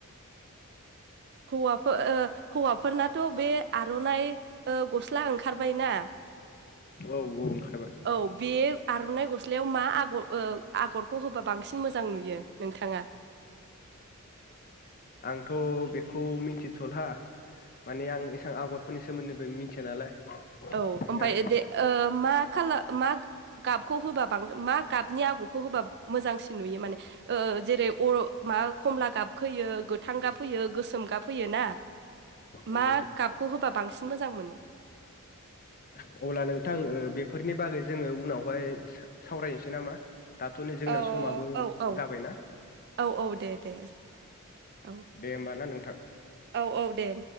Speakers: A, on the right (about 50°); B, on the left (about 40°).
A: हौवाफोर हौवाफोरनाथ' बे आर'नाइ गस्ला ओंखारबायना
B: औ औ
A: औ बेयो आर'नाइ गस्लायाव मा आगर ओ आगरखौ होबा बांसिन मोजां नुयो नोंथाङा
B: आंथ' बेखौ मिथिथ'ला माने आं एसेबां आगरफोरनि सोमोन्दैबो मिथिया नालाय
A: औ
B: ओंखायनो
A: ओमफ्राय
B: आरो
A: ओ दे ओ मा खालार मा गाबखौ होबा बांसिन मा गाबनि आगरखौ होबा मोजांसिन नुयो माने ओ जेरै अ मा खमला गाबहोयो गोथां गाब होयो गोसोम गाब होयो ना
B: औ
A: मा गाबखौ होबा बांसिन मोजां मोनो
B: अब्ला नोंथां बेफोरनि बागै जोङो उनावहाय सावरायनोसै नामा दाथ' नै जोंना
A: औ
B: समाबो
A: औ औ
B: जाबायना
A: औ औ दे दे औ
B: दे होमबा ना नोंथां
A: औ औ दे